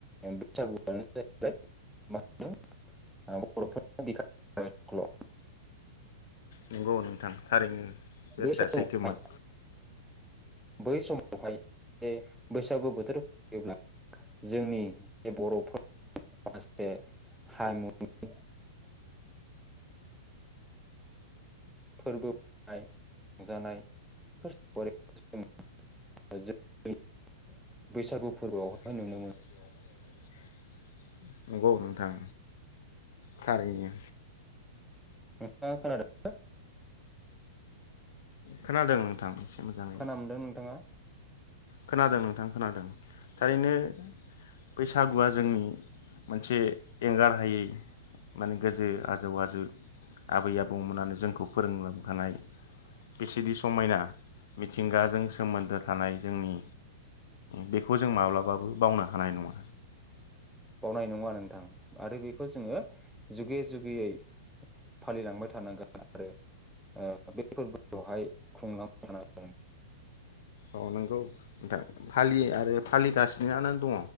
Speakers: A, in the centre; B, on the left (about 65°).
A: बैसागुआनो जाहैबाय मा बर' फोरनि बिखानि आमाइ थुखल'
B: नंगौ नोंथां थारैनो बाथ्राया
A: बे समावहाय
B: सैथोमार।
A: बै समावहाय जे बैसागु बोथोर फैयोब्ला जोंनि जे बर'फ <unintelligible> फोरबोनाय <unintelligible> रंजानायफोर <unintelligible> जों <unintelligible> बैसागु फोरबोआवहाय
B: फैसाखौ
A: नुनो मोनो
B: द मोना <unintelligible> नंगौ नोंथां थारैनो।
A: नोंथाङा खोनादों?
B: खोनादों नोंथां? एसे मोजाङै
A: खोन मोनदों नोंथाङा?
B: खोनादों नोंथां खोनादों। थारैनो बैसागुआ जोंनि मोनसे एंगार हायै माने गोजो आजौ आजौ आबै आबौमोननानो जोंखौ फोरोंलांखानाय बिसिदि समायना मिथिंगाजों सोमोन्दो थानाय जोंनि बेखौ जों माब्लाबाबो बावनो हानाय नङा
A: बावनाय नङा नोंथां आरो बे खौ जोङो जुगे जु गैयै फालिलांबाय थानांगोन आरो बे फोरबो खौहाय खुंलांबायथानांगौ
B: अ नोंगौ नोंथां फालियो आरो फालिगासिनो आनो दङ